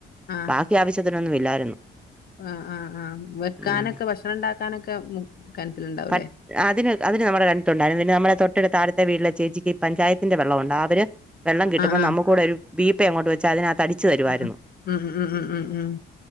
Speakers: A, on the left (about 50°); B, in the centre.
A: ആ
B: ബാക്കി ആവശ്യത്തിനൊന്നും ഇല്ലായിരുന്നു
A: ആ ആഹ് ആ് വെക്കാനൊക്കെ
B: ഉം
A: ഭക്ഷണം ഉണ്ടാക്കാനൊക്കെ കണത്തിലുണ്ടാവല്ലേ
B: പ അതിന് നമ്മുടെ കണുണ്ടായിുംന്ന നമ്മ തൊട്ടടു താഴത്തെ വീട്ടിലെ ചേച്ചിക്ക് പചത്തിന്റെ വള്ളം ഉണ്ട് അവര് വെള്ളം കിട്ടുമ്പോ
A: ആ ആ
B: നമു കൂടെ ഒരു അ അങ്ങോട്ട് വൊ അതിനത് തടച്ച് തരുവമായിരുന്നു
A: ആ ഉം ഉം ഉം ഉം ഉം